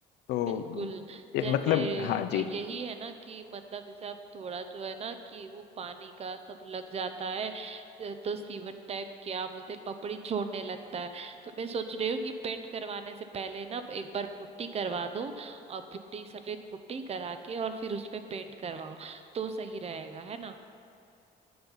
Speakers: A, on the left; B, on the right.
A: तो
B: बिल्कुल
A: ये
B: जैसे
A: मतलब हाँ जी
B: यही है ना कि मतलब जैसे आप थोड़ा जो है ना कि वो पानी का सब लग जाता है तो सीवन टाइप क्या बोलते हैं पपड़ी छोड़ने लगता है तो मैं सोच रही हूँ कि पेंट करवाने से पहले ना एक बार पुट्टी करवा दो और पुट्टी सफेद पुट्टी करा के और फिर उस पे पेंट करवाओ तो सही रहेगा है ना